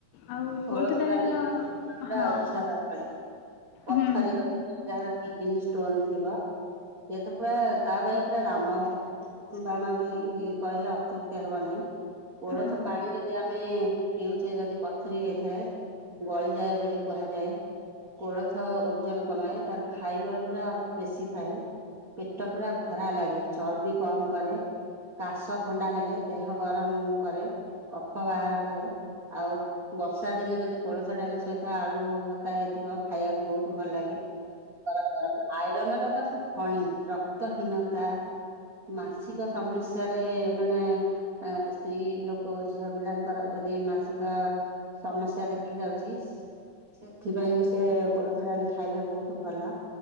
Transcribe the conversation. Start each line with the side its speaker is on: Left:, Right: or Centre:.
Left: ଆଉ
Right: କୋଳଥ
Left: ଡାଲିର
Right: ଡାଲି ପୁରା
Left: ହଁ
Right: ଔଷଧ ଭଳି। ପଥରୀ
Left: ହୁଁ ହୁଁ
Right: ରହିଛି ଯାହାର କିଡନୀ ଷ୍ଟୋନ ଥିବ ସେତ ପୁରା ତା ପାଇଁ ପୁରା ରାମବା ବାଣ ବୋଲି କହିଲେ ଅତ୍ୟୁକ୍ତି ହବ ନାହିଁ। କୋଳଥ
Left: ହଁ
Right: ପାଣି ଯଦି ଆମେ ପିଉଛେ ଯଦି ପ ଥରି ହେଇଥାଏ ଗଳିଯାଏ ବୋଲି କୁହାଯାଏ। କୋଳଥ ଓଜନ କମାଏ ତାର ଫାଇବର ପୁରା ବେଶୀ ଥାଏ। ପେଟ ପୁରା ଭରା ଲାଗେ ଚର୍ବି କମ କରେ। କାଶ ଥଣ୍ଡା ହେଲେ ଦେହ ଗରମ କରେ କଫ ବାହାର କରେ। ଆଉ ବର୍ଷା ଦିନେ ଯଦି କୋଳଥ ଡାଲି ସହିତ ଆଳୁ ଭତ୍ତା ହେଇଥିବ ଖାଇବାକୁ ବହୁତ ଭଲ ଲାଗେ ଗରମ ଗରମ। ଆଇରନର ତ ସେ ଖଣି ରକ୍ତହୀନତା ମାସିକ ସମସ୍ୟାରେ ମାନେ ଆ ସ୍ତ୍ରୀ ଲୋକ ଝିଅ ପିଲାଙ୍କର ଯଦି ମାସିକ ସମସ୍ୟା ଦେଖାଯାଉଛି ସେଥିପାଇଁ ବି ସେ କୋଳଥ ଡାଲି ଖାଇଲେ ବହୁତ ଭଲ